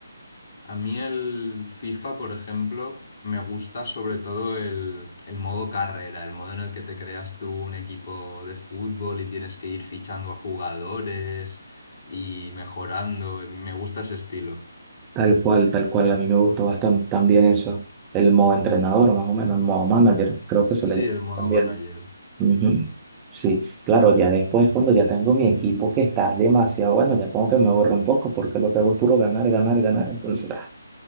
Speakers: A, on the left; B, on the right.
A: A mí el FIFA, por ejemplo, me gusta sobre todo el, el modo carrera, el modo en el que te creas tú un equipo de fútbol y tienes que ir fichando a jugadores y mejorando. Me gusta ese estilo.
B: Tal cual, tal cual. A mí me gusta bastante también eso. El modo entrenador, más o menos, el modo manager, creo que se
A: Sí,
B: le llama
A: el
B: así
A: modo
B: también.
A: manager.
B: Ujú. Sí, claro, ya después cuando ya tengo mi equipo que está demasiado bueno, ya como que me aburro un poco porque lo que hago es puro ganar, ganar, ganar, entonces ah,